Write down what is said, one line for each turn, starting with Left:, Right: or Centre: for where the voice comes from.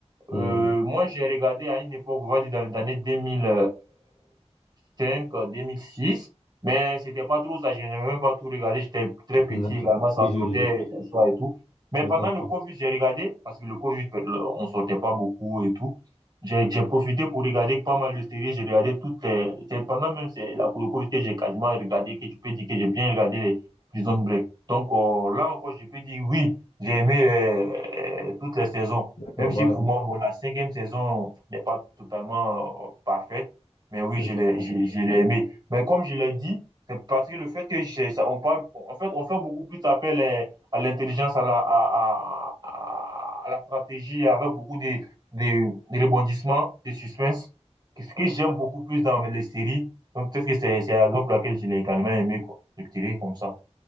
Left: Hmm,
Right: Euh, moi, j'ai regardé à une époque, on va dire dans les années deux deux mille cinq, deux mille six, mais c'était pas trop ça. Je n'ai même pas tout regardé. J'étais très
Left: <laughs>
Right: petit
Left: D'accord.
Right: également, ça
Left: Oui, oui,
Right: sortait
Left: je,
Right: le soir et tout. Mais
Left: je
Right: pendant
Left: comprends.
Right: le Covid, j'ai regardé, parce que le Covid, on sortait pas beaucoup et tout. J'ai j'ai profité pour regarder pas mal de séries. J'ai regardé toutes les. C'est pendant même c'est la, le Covid que j'ai quasiment regardé, que je peux dire que j'ai bien regardé les Prison Break. Donc euh, là encore, je peux dire oui, j'ai aimé euh, toutes les saisons.
Left: D'accord,
Right: Même si
Left: bah,
Right: pour moi, bon, la cinquième saison n'est pas totalement euh, parfaite, mais oui,
Left: je
Right: je
Left: comprends.
Right: l'ai, j'ai- je l'ai aimé. Mais comme je l'ai dit, c'est parce que le fait que j'ai- ça, on parle, en fait, on fait beaucoup plus appel euh, à l'intelligence, à la, à, à, à- à la stratégie, avec beaucoup de, de, de rebondissements, de suspense, ce que j'aime beaucoup plus dans les séries. Donc peut-être que c'est c'est la raison pour laquelle je l'ai également aimé, quoi. Je dirais comme ça.